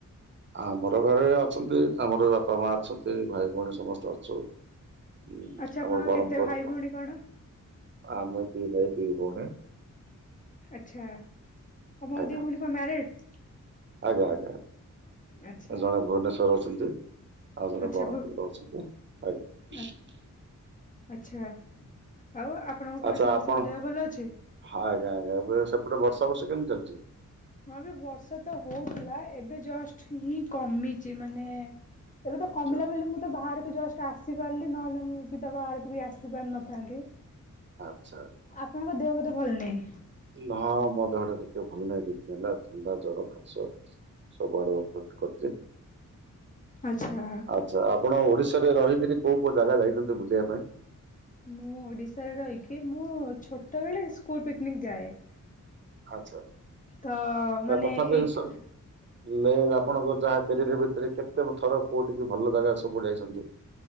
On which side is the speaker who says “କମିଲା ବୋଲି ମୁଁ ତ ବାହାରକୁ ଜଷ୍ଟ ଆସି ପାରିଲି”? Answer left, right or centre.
Left